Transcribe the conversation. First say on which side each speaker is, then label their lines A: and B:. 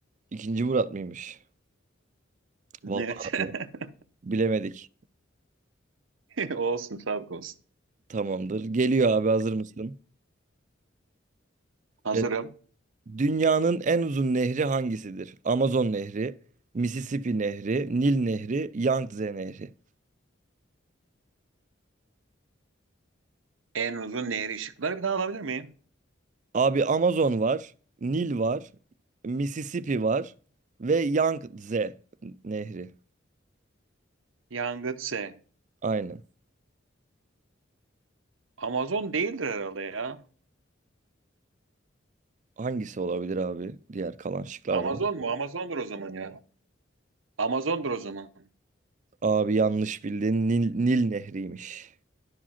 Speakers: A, on the right; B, on the right.
A: ikinci Murat mıymış? Vallahi
B: Evet.
A: abi
B: <laughs>
A: bilemedik.
B: <laughs> Olsun sağlık olsun.
A: Tamamdır. Geliyor abi hazır mısın?
B: Hazırım.
A: Evet. Dünyanın en uzun nehri hangisidir? Amazon Nehri, Mississippi Nehri, Nil Nehri, Yangtze Nehri.
B: En uzun nehir ışıkları bir daha alabilir miyim?
A: Abi Amazon var, Nil var, Mississippi var ve Yangtze Nehri.
B: Yangtze.
A: Aynen.
B: Amazon değildir herhalde ya.
A: Hangisi olabilir abi diğer kalan şıklardan?
B: Amazon mu? Amazondur o zaman ya. Amazondur o zaman.
A: Abi yanlış bildin. Nil, Nil Nehri'ymiş.